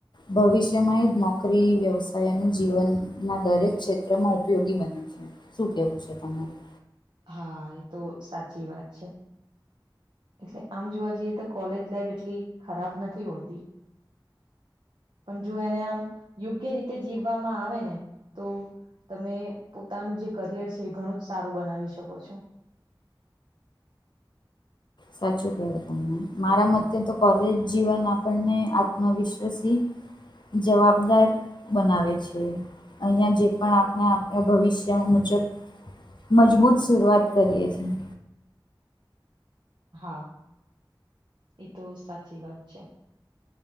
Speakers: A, on the left (about 65°); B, on the right (about 70°).
A: ભવિષ્યમાં એ જ નોકરી વ્યવસાયનું જીવનના દરેક ક્ષેત્રમાં ઉપયોગી બને છે. શું કેવું છે તમારું?
B: હા એ તો સાચી વાત છે. એટલે આમ જોવા જઈએ તો કોલેજ લાઈફ એટલી ખરાબ નથી હોતી. પણ જો એને આમ યોગ્ય રીતે જીવવામાં આવે ને તો તમે પોતાનું જે કરિયર છે એ ઘણું જ સારું બનાવી શકો છો.
A: સાચું કહ્યુ તમે મારા
B: હા
A: મતે તો કોલેજ જીવન આપણને આત્મવિશ્વાસી, જવાબદાર બનાવે છે. અહીંયા જે પણ આપણે આપણા ભવિષ્ય મુજબ મજબૂત શરૂઆત કરીએ છીએ.
B: હા એ તો સાચી વાત છે.